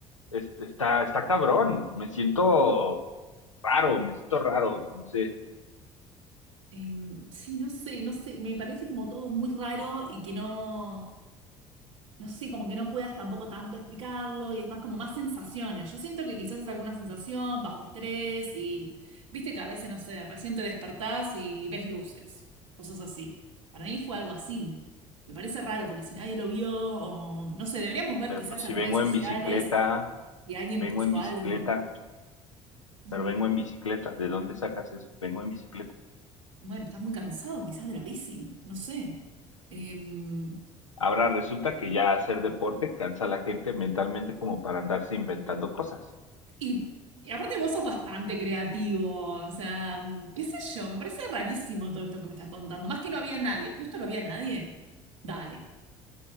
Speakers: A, on the left; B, on the right.
A: es- está, está cabrón, me siento raro, me siento raro, no sé,
B: Em, sí, no sé, no sé. Me parece como todo muy raro y que no. no sé, como que no puedas tampoco tanto explicarlo y es más como más sensaciones. Yo siento que quizás es alguna sensación bajo estrés y viste que a veces, no sé, recién te despertás y ves luces, cosas así. Para mí fue algo así. Me parece raro porque si nadie lo vio o no sé, deberíamos ver
A: pero
B: quizás
A: pues si
B: en
A: vengo
B: redes sociales
A: en bicicleta,
B: si alguien
A: vengo
B: puso
A: en bicicleta.
B: algo. Mm,
A: pero vengo en bicicleta. ¿De dónde sacas eso? Vengo en bicicleta.
B: Bueno, estás muy cansado quizás de la bici, no sé. Em,
A: Ahora resulta que ya hacer deporte cansa a la gente mentalmente como para andarse inventando cosas.
B: Y, y aparte vos sos bastante creativo, o sea, qué sé yo, me parece rarísimo todo esto que me estás contando. Más que no había nadie, justo no había nadie. Dale.